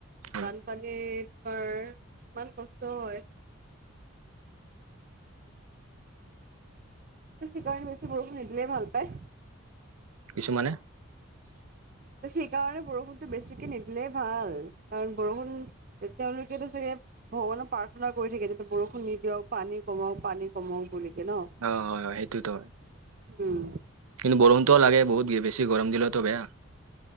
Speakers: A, on the right; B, on the right.
A: হয়
B: বানপানীত ধৰ ইমান কষ্ট হয়। সেইকাৰণে বেছি বৰষুণ নিদিলে ভাল পায়।
A: কিছুমানে
B: সেইকাৰণে বৰষুণটো বেছিকে নিদিলেই ভাল। কাৰণ বৰষুণ তেওঁলোকেটো চাগে ভগৱানক প্ৰাৰ্থনা কৰি থাকে যেতিয়া বৰষুণ নিদিয়ক পানী কমক পানী কমক বুলি। ন
A: অ হয় হয় সেইটোতো হয়।
B: উম।
A: কিন্তু বৰষুণতো লাগে বহুত বেছি গৰম দিলেতো বেয়া।